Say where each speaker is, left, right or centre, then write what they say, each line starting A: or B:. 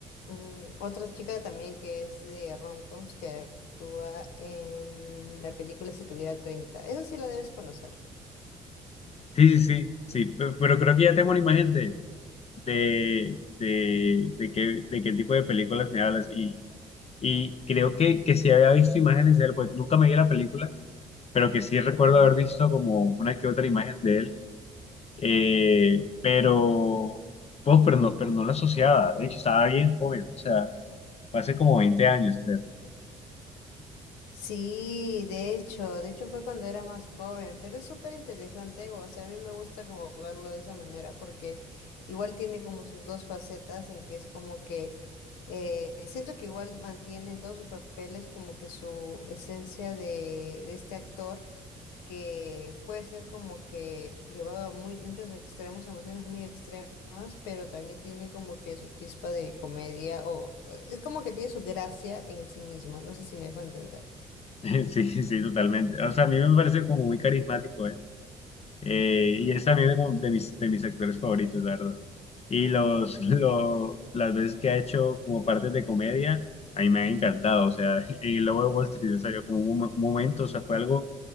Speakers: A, on the left; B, on the left.
A: mm, otra chica también que es de rom-coms que actúa en la película Si tuviera treinta esa sí la debes conocer.
B: Sí, sí, sí, sí. pe- Pero creo que ya tengo una imagen de, de, de qué, de qué tipo de películas me hablas. Y, y creo que, que sí había visto imágenes de él, pues nunca me vi la película, pero que sí recuerdo
A: Ajá.
B: haber visto como una que otra imagen de él. Eh, pero, pues, pero no, pero no la asociaba. De hecho, estaba bien joven, o sea, fue hace como 20 años, creo.
A: Sí, de hecho, de hecho fue cuando era más joven, pero es súper interesante, o sea, a mí me gusta como verlo de esa manera porque igual tiene como sus dos facetas en que es como que eh, siento que igual mantiene en todos sus papeles como que su esencia de, de este actor que puede ser como que llevado a muy, muchos extremos, emociones muy extremas, pero también tiene como que su chispa de comedia o es como que tiene su gracia en sí mismo, no sé si me dejo entender.
B: <laughs> Sí, sí, totalmente. O sea, a mí me parece como muy carismático Eh, y es también de, como de mis, de mis actores favoritos, la verdad. Y los, <laughs> lo, las veces que ha hecho como partes de comedia, a mí me ha encantado. O sea, <laughs> y luego de Wall Street salió como un, mo- un momento, o sea, fue algo,